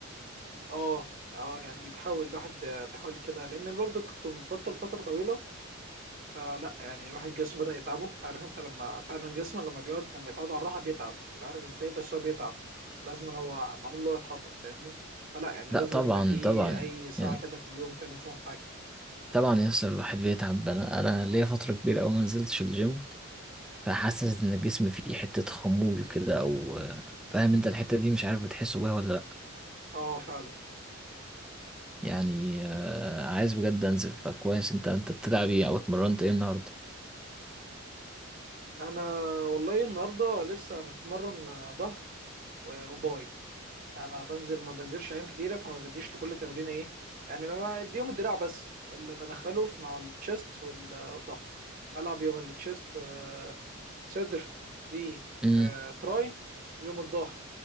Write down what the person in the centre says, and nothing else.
لا
طبعا
طبعا
يعني
طبعا يسر الواحد بيتعب انا انا ليا فترة كبيرة اوي ما نزلتش الجيم فحاسس ان جسمي فيه حتة خمول كده او آه، فاهم انت الحتة دي مش عارف بتحس بيها ولا لا
يعني آه، عايز بجد انزل فكويس انت انت بتلعب ايه او اتمرنت ايه النهاردة
امم